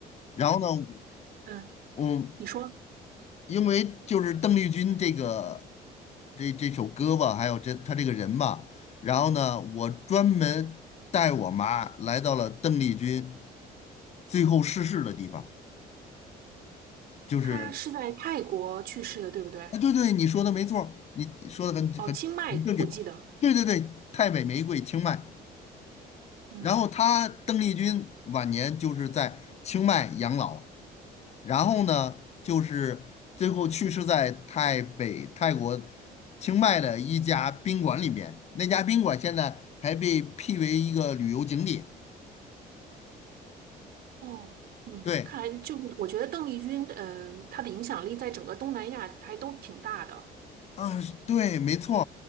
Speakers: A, on the left; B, on the right.
A: 然后呢，
B: 嗯，
A: 我
B: 你说
A: 因为就是邓丽君这个这这首歌吧，还有这她这个人吧，然后呢，我专门带我妈来到了邓丽君最后逝世的地方，就是
B: 他是在泰国去世的，对不对？
A: 啊，对对，你说的没错儿你说的很很很正确，
B: 哦，清迈，我记得。
A: 对对对，太北玫瑰清迈，
B: 嗯，
A: 然后她邓丽君晚年就是在清迈养老。然后呢，就是最后去世在泰北泰国清迈的一家宾馆里面。那家宾馆现在还被辟为一个旅游景点。
B: 哦，嗯，
A: 对，
B: 看来就是我觉得邓丽君，嗯、她的影响力在整个东南亚还都挺大的。
A: 啊，对，没错